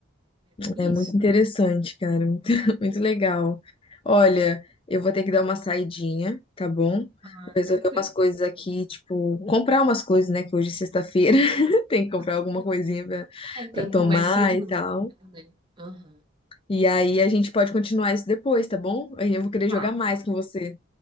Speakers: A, on the right; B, on the left.
A: É bem
B: É muito
A: isso?
B: interessante, cara, muito, <laughs>
A: Ah,
B: muito legal. Olha, eu vou ter que dar uma saidinha, tá bom? Vou
A: ah,
B: resolver
A: tranquilo.
B: umas coisas
A: Sem
B: aqui,
A: problema
B: tipo, comprar umas coisas, né, que hoje é sexta-feira, <laughs> tem que comprar
A: assim,
B: alguma
A: não.
B: coisinha pra,
A: É, tem
B: pra tomar
A: que ir mais cedo
B: e
A: no
B: tal.
A: mercado, né? Aham.
B: E aí a gente pode continuar isso depois, tá bom? Eu vou querer
A: Tá,
B: jogar mais
A: tá
B: com
A: bom.
B: você.